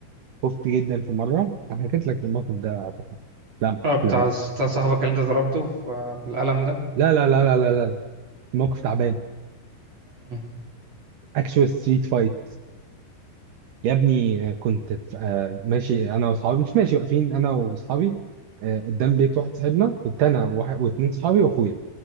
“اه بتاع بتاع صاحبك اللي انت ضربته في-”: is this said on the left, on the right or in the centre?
Right